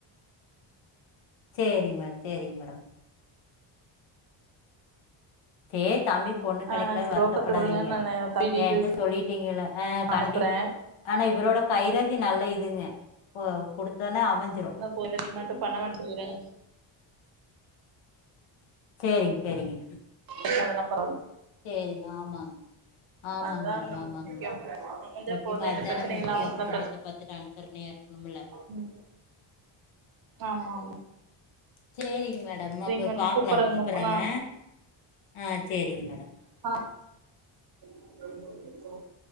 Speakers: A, on the left (about 75°); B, on the right (about 45°).
A: சேரிங் மேடம் சேரிங் மேடம் சேர் தம்பி க்கு பொண்ணு கெடைக்கலனு
B: ஆ புரோக்கர்ட்ட
A: வருத்தப்படாதீங்க
B: சொல்லுங்க நானு தம்பி டீட்டெயில்ஸ்
A: என்ட்ட சொல்லிட்டீஙகல்ல ஆ கண்டி
B: அனுப்புறே
A: ஆனா இவரோட கைரேகை நல்ல இதுங்க குடுத்தொன்ன அமைஞ்சிரு
B: ஓ இந்த டிமாண்ட் பண்ண வேனா சொல்றீங்
A: சேரிங் சேரிங்
B: எச்சாகுதுனா பரவாலிங்
A: சேரிங் ஆமாங் ஆமாங்
B: அதா
A: மேடம்
B: நமக்கு
A: ஆமாங்
B: முக்கியம்
A: மேடம்
B: அமைஞ்சா
A: முக்கியமா
B: போது எந்த
A: அதுதானே
B: பிரச்சனையு
A: முக்கியோ
B: இல்லாம இருந்தா
A: குடும்பத்த பாத்துட்டு அனுசரணயா க்கணுமல்ல
B: ம் ஆமாமா
A: சேரிங்க மேடம் அப்போ
B: மேடம்
A: பாக்கலாங்
B: கூப்பறங்க
A: கூப்டறங்க
B: மேம் ஆ
A: ஆ சேரிங்க மேடம்
B: ஆ <unintelligible>